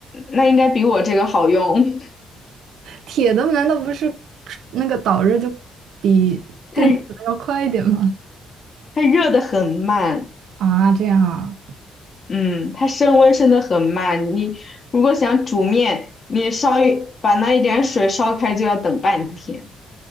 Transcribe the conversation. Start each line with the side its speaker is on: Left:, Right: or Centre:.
Left: 那应该比我这个好用。<laughs>
Right: 铁的难道不是那个导热就比电磁的要快一点吗？
Left: 它它热的很慢，
Right: 啊，这样啊，
Left: 嗯，它升温升的很慢。你如果想煮面，你烧一把那一点水烧开就要等半天。